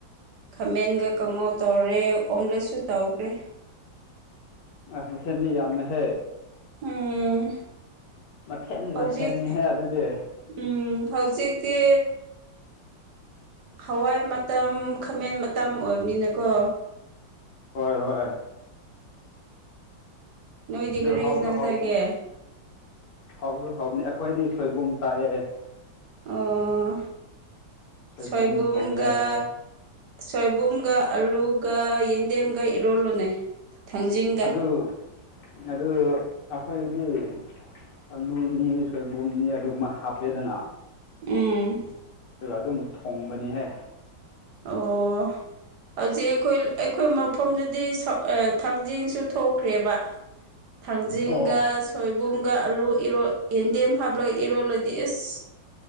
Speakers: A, on the right; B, on the left.
A: ꯈꯥꯃꯦꯟꯒ ꯀꯥꯡꯉꯧ ꯇꯧꯔꯦ ꯑꯣꯝꯂꯦꯠꯁꯨ ꯇꯧꯈꯔꯦ
B: ꯑ ꯃꯊꯦꯟꯗꯤ ꯌꯥꯝꯃꯦꯍꯦ
A: ꯎꯝ
B: ꯃꯊꯦꯟ
A: ꯍꯧꯖꯤꯛ
B: ꯃꯊꯦꯟꯅꯤꯍꯧ ꯑꯗꯨꯗꯤ
A: ꯎꯝ ꯍꯧꯖꯤꯛꯇꯤ ꯍꯋꯥꯏ ꯃꯇꯝ ꯈꯥꯃꯦꯟ ꯃꯇꯝ ꯑꯣꯏꯕꯅꯤꯅꯀꯣ
B: ꯍꯣꯏ ꯍꯣꯏ
A: ꯅꯣꯏꯗꯤ
B: ꯑꯗꯨ
A: ꯀꯔꯤ
B: ꯍꯥꯎꯁꯨ
A: ꯍꯤꯟꯖꯥꯡ
B: ꯍꯥꯎꯕ
A: ꯆꯥꯒꯦ
B: ꯍꯥꯎꯁꯨ ꯍꯥꯎꯕꯅꯦ ꯑꯩꯈꯣꯏꯗꯤ ꯁꯣꯏꯕꯨꯝ ꯇꯥꯛꯑꯦ
A: ꯑꯣ
B: ꯁꯣꯏꯕꯨꯝ
A: ꯁꯣꯏꯕꯨꯡꯒꯥ
B: ꯊꯣꯡꯉꯦ
A: ꯁꯣꯏꯕꯨꯝꯒ ꯑꯂꯨꯒ ꯌꯦꯟꯗꯦꯝꯒ ꯏꯔꯣꯜꯂꯨꯅꯦ ꯊꯥꯡꯖꯤꯡꯒ
B: ꯑꯗꯨ ꯑꯗꯨ ꯑꯩꯈꯣꯏꯗꯤ ꯑꯂꯨꯅꯤ ꯁꯣꯏꯕꯨꯝꯅꯤ ꯑꯗꯨꯒꯨꯝꯕ ꯍꯥꯞꯄꯦꯗꯅ
A: ꯎꯝ
B: ꯑꯗꯨꯒ ꯑꯗꯨꯝ ꯊꯣꯡꯕꯅꯤꯍꯦ
A: ꯑꯣ ꯍꯧꯖꯤꯛ ꯑꯩꯈꯣꯏ ꯑꯩꯈꯣꯏ ꯃꯐꯝꯗꯗꯤ ꯊꯥꯡꯖꯤꯡꯁꯨ ꯊꯣꯛꯈ꯭ꯔꯦꯕ ꯊꯥꯡꯖꯤꯡꯒ
B: ꯑꯣ
A: ꯁꯣꯏꯕꯨꯝꯒ ꯑꯂꯨ ꯏꯔꯣ ꯌꯦꯟꯗꯦꯝ ꯍꯥꯞꯂꯒ ꯏꯔꯣꯜꯂꯗꯤ ꯑꯦꯁ